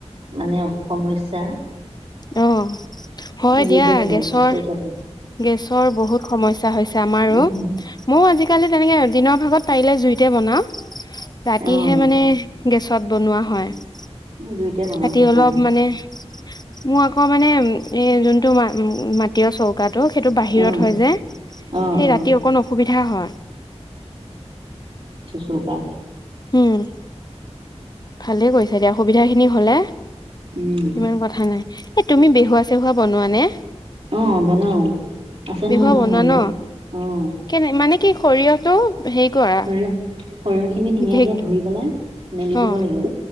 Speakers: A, on the right; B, on the left.
A: মানে সমস্যা
B: আহ হয়
A: জুইতে
B: দিয়া
A: বনাও
B: গেছৰ
A: মই চৌকাতে
B: গেছৰ বহুত সমস্যা হৈছে আমাৰো
A: উম,
B: ময়ো আজিকালি তেনেকে দিনৰ ভাগত পাৰিলে জুইতে বনাওঁ ৰাতিহে
A: অ'।
B: মানে গেছত বনোৱা হয় উ
A: জুইতে বনাও
B: ৰাতি
A: সেইকাৰণে।
B: অলপ মানে মোৰ আকৌ মানে এ যোনটো ম মাটি চৌকাটো সেইটো বাহিৰত
A: অ',
B: হয় যে সেই
A: অ', অ',
B: ৰাতি অকন অসুবিধা হয়
A: চৌখা
B: উম ভালে কৈছ তেতিয়া সুবিধাখিনি হলে
A: উম।
B: ইমান কথা নাই। এ তুমি বেহুৱা চেহুৱা বনোৱা নে
A: অ বনাও আছে
B: বেহুৱা
A: নহয় আমাৰ
B: বনোৱা
A: সৰিয়হ
B: ন
A: অ
B: কেনে মানে কি সৰিয়হটো হেৰি কৰা
A: সৰিয়হ সৰিয়হ খিনিত ধুনীয়াকে
B: ঢেক
A: ধুই পেলাই মেলি
B: অ
A: দিব লাগে